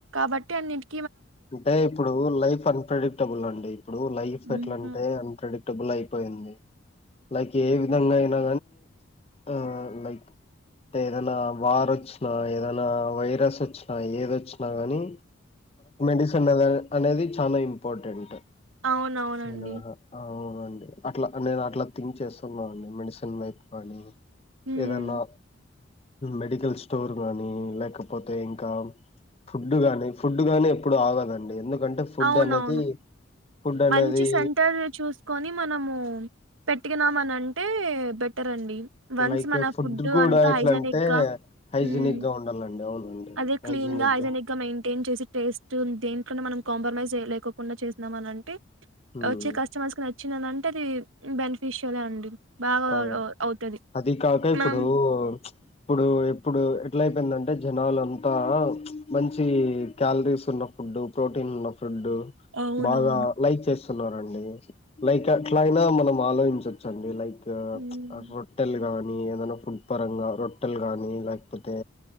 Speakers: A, on the right; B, on the left.
A: బట్టి అన్నిట్
B: అంటే ఇప్పుడు లైఫ్ అంన్ప్రేడక్టబుల్ అండి ఇప్పుడు లైఫ్
A: హ్మ్.
B: ఎట్లా అంటే అన్ప్రొడ టేబుల్ అయిపోయింది లైక్ ఏ విధంగా అయినా ఆ లైక్ టే ఏదైనా వారొచ్చినా ఏదైనా వైరస్ వచ్చినా ఏదొచ్చి న గాని ఫ్ అనేద అనేది చాన ఇంపార్టెంట్
A: అవునవునండి
B: నేను ఆహా అవునండి అట్లా నేను అట్లా థింక్ న చేస్తున్నా అండి మెడిసిన్ వైపు కానీ
A: హ్మ్.
B: ఏదన్నా మెడికల్ స్టోర్ గానీ లేకపోతే ఇంకా ఫుడ్ గాని ఫుడ్ డ్ గాని ఎప్పుడు ఆగదండి ఎందుకంటే ఫుడ్
A: అవునవును.
B: అనేది ఫుడ్ అనేది
A: మంచి సెంటర్ చూసుకొని మనము పెట్టినమానన్ టే బెటర్ అండి వన్స్
B: లైక్
A: మన ఫుడ్
B: కూడా
A: అంత
B: ఎట్లా
A: హైజానిక్
B: అంటే
A: గా
B: హైజీనిక్
A: మ్
B: గా ఉండాలండి అవునండి
A: అదే క్లీన్
B: హైజీనిక్
A: గా హైజానిగ్గా మెయింటైన్ చేసి టేస్ట్ దేంట్లోను మనం కాంప్రమైజ్ జెలోకుండా చేసినాం అని అంటే
B: ఉమ్,
A: వచ్చే కస్టమర్స్ న చ్చినందంటే రి బెన్ఫిషలే అండి బాగా
B: ఆ
A: అవుతది
B: అది కాక ఇప్పుడు
A: మనం
B: ఇప్పుడు ఇప్పుడు ఎట్లా టంటే జనాలంతా మంచి క్యాలరీస్ ఉన్న ఫుడ్డు ప్రోటీన్ ఉన్న ఫుడ్
A: అవునవును
B: బాగా లైక్ చేస్ స్తున్నారు అండి లైక్ అట్లాయినా మనం ఆలోచించొచ్చండి లై క్
A: హ్మ్
B: రొట్టెలు గాని ఏదనా ఫుడ్ పరంగా రొట్టెలు గానీ లేకపోతే